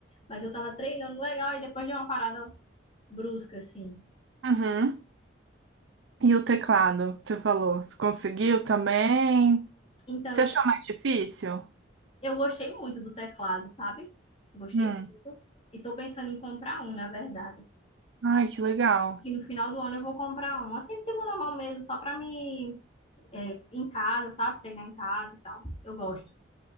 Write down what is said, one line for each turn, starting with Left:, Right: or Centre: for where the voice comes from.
Left: Mas eu tava treinando legal e depois deu uma parada brusca, assim.
Right: Uhum. E o teclado que você falou? Você conseguiu também?
Left: Então,
Right: Você
Left: eu
Right: achou mais difícil?
Left: eu gostei muito do teclado, sabe? Gostei
Right: Hum.
Left: muito. E tô pensando em comprar um, na verdade.
Right: Ai, que legal.
Left: E no final do ano eu vou comprar um, assim, de segunda mão mesmo, só pra me, é, em casa, sabe? Treinar em casa e tal. Eu gosto.